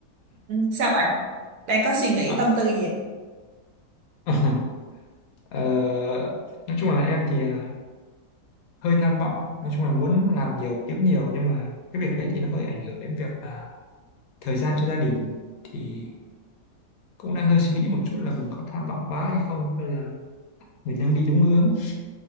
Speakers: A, on the right; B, on the left.
A: sao vậy? Đang có suy nghĩ
B: À,
A: tâm tư gì
B: <laughs> ờ, nói chung là em thì à, hơi tham vọng. Nói chung là muốn làm nhiều, kiếm nhiều nhưng mà cái việc đấy thì nó hơi ảnh hưởng đến việc là thời gian cho gia đình. Thì cũng đang hơi suy nghĩ một chút là mình có tham vọng quá hay không hay là mình đang đi đúng hướng.